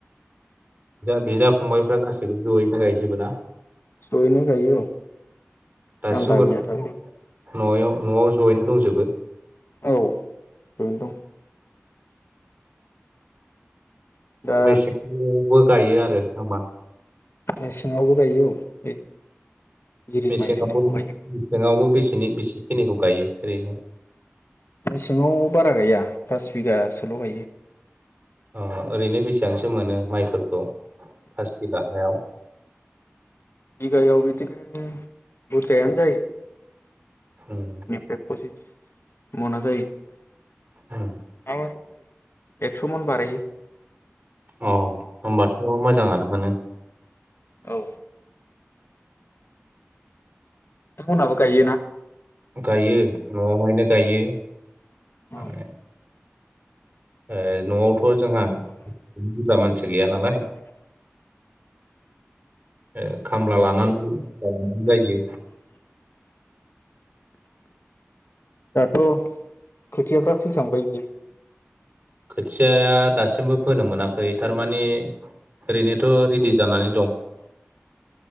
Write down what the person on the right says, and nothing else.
बिदा फंबायफ्रा गासैबो जयैनो गायजोबो ना?
दासिमबोथ'
न'याव
न'आव जयैनो दंजोबो?
मेसेंबो गायो आरो हाबा
मेसेङावबो
मेसेङावबो बेसेनि बेसेखिनिखौ गायो। ओरैनो
अ ओरैनो बेसेबांसो मोनो माइफोरखौ? पास बिगा हायाव
उम
उम
अ होनबाथ' मोजाङानो मोनो
गायो न'आवहायनो गायो। <unintelligible>
ओ न'आवथ' जोंहा बुरजा मानसि गैया नालाय ओ खामला लानानै गायनाय जायो
खोथियाया दासिमबो फोनो मोनाखै थारमाने ओरैनोथ' रेडि जानानै दं